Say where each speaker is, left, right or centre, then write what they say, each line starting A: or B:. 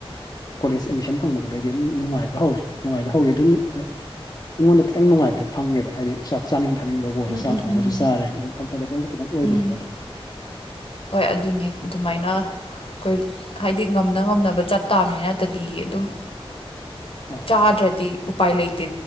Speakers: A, on the left; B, on the left.
A: ꯀꯣꯂꯦꯖ ꯑꯦꯗꯃꯤꯁꯟ ꯐꯪꯕꯒꯗꯩꯗꯤ ꯑꯗꯨꯝ ꯅꯨꯡꯉꯥꯏꯕ ꯍꯧꯔꯦ ꯅꯨꯡꯉꯥꯏꯕ ꯍꯧꯔꯦ ꯑꯗꯨꯝ ꯑꯩꯉꯣꯟꯗ ꯈꯤꯇꯪ ꯅꯨꯡꯉꯥꯏꯕꯗꯣ ꯐꯪꯉꯦꯕ ꯍꯥꯏꯗꯤ ꯆꯥꯛ ꯆꯥꯅꯤꯡ ꯊꯥꯅꯤꯡꯕꯕꯨ ꯑꯣꯏꯔ‌ꯣ
B: ꯎꯝ
A: ꯆꯥꯛ
B: ꯎꯝ
A: ꯊ‌ꯣꯡꯉꯒꯁꯨ
B: ꯎꯝ
A: ꯆꯥꯔ‌ꯦ ꯑꯗꯩ ꯀꯝꯐꯣꯔꯇꯦꯕꯜꯗ ꯈꯤꯇꯪ ꯑꯣꯏꯔ‌ꯦꯕ
B: ꯎꯝ ꯍꯣꯏ ꯑꯗꯨꯅꯦ ꯑꯗꯨꯃꯥꯏꯅ ꯑꯩꯈꯣꯏ ꯍꯥꯏꯗꯤ ꯉꯝꯅ ꯉꯝꯅꯕ ꯆꯠꯇꯥꯕꯅꯤꯅ ꯅꯠꯇꯔꯗꯤ ꯑꯗꯨꯝ
A: <inaudible>
B: ꯆꯥꯗ꯭ꯔꯗꯤ ꯎꯄꯥꯏ ꯂꯩꯇꯦ